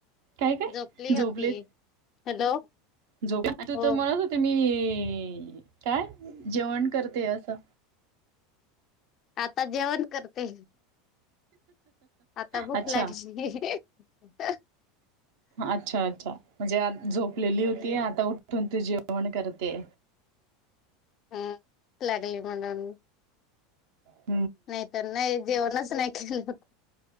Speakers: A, on the right (about 65°); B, on the left (about 45°).
A: काय काय
B: झोपली
A: झोपले
B: होती. हॅलो,
A: झोप तू
B: हो
A: तर म्हणत होते मी काय जेवण कर ते असं?
B: आता जेवण करते आता भूक
A: अच्छा
B: लागली. ह् <unintelligible>
A: अच्छा अच्छा म्हणजे आता झोपलेली होती
B: भूक
A: आता उठू न तू जेवण करते.
B: हम् भूक लागली म्हणून.
A: ह् <unintelligible>
B: नाही तर नाही जेवणच नाही केलं.